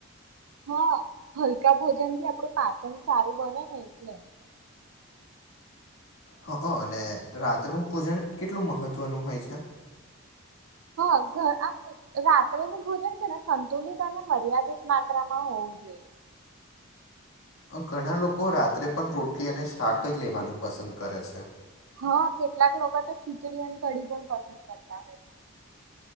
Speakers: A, on the right; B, on the left.
A: હા હલકા ભોજન થી આપડું પાચન સારું બને ને એટલે
B: હ અને રાતનું ભોજન કેટલું મહત્વનું હોય છે
A: હા આમ રાત્રે ન ભોજન છે ને સંતુલિત અને મર્યાદિત માત્રામાં હોવું જોઈએ
B: ઘણા લોકો રાત્રે પણ રોટલી અને શાક જ લેવાનું પસંદ કરે છે.
A: હા. કેટલાક લોકો તો ખીચડી અને કઢી પણ પસંદ કરતા હોય છે.